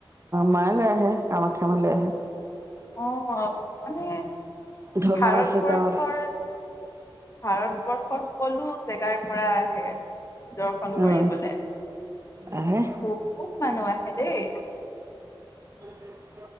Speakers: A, on the right (about 35°); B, on the left (about 35°).
A: মায়ালৈ আহে কামাখ্যামালৈ আহে।
B: অ মানে
A: ধৰ্ম
B: ভাৰতবৰ্ষৰ
A: আছে তেওঁৰ
B: ভাৰতবৰ্ষৰ সকলো জেগাৰ পৰা আহে। দৰ্শন
A: উম
B: কৰিবলৈ
A: আহে
B: বহুত মানুহ আহে দেই।
A: উ